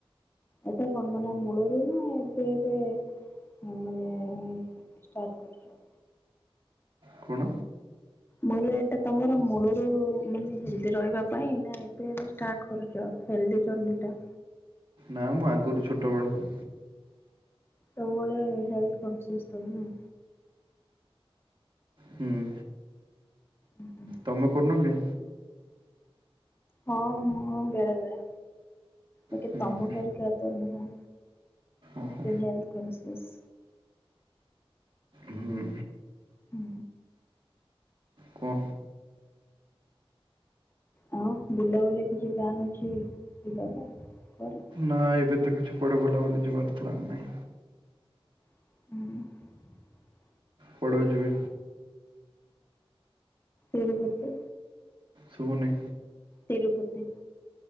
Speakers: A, on the left; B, on the right.
A: ଏଟା କଣ ମାନେ ମୂଳରୁ ନା ଏବେ ଏବେ ମାନେ ଷ୍ଟାର୍ଟ କରୁଛ
B: କ'ଣ
A: ନହେଲେ ଏଇଟା ତମର ମୂଳରୁ ମାନେ ହେଲଦି ରହିବା ପାଇଁ ନା ଏବେ ଏବେ ଟା କରୁଛ ହେଲ୍ଦି ଜର୍ନି ଟା
B: ନା ମୁଁ ଆଗରୁ ଛୋଟବେଳୁ
A: ସବୁବେଳେ ହେଲଥ କନ୍ସିଅସ୍ ତାହାଲେ ଆଉ।
B: ହୁଁ
A: ଉହୁଁ।
B: ତମେ କରୁନ କି?
A: ହଁ ମୁଁ ବେଳେ ବେଳେ ବାକି
B: ହୁଁ
A: ତମ ପରିକା ତ ନୁହଁ।
B: ଓହୋ
A: ଏତେ ହେଲଥ କନ୍ସିଅସ୍।
B: ହୁଁ।
A: ହୁଁ।
B: କୁହ?
A: ଆଉ ବୁଲାବୁଲି କିଛି ପ୍ଲାନ୍ ଅଛି ଯିବାକୁ କୁଆଡେ?
B: ନା ଏବେ ତ କିଛି କୁଆଡେ ବୁଲାବୁଲି ଯିବାର ପ୍ଲାନ୍ ନାହିଁ।
A: ହୁଁ।
B: ପଢ଼ିବାକୁ ଯିବି।
A: <inaudible> ଯିବେ?
B: ଶୁୁବୁନି।
A: ତିରୁପତି।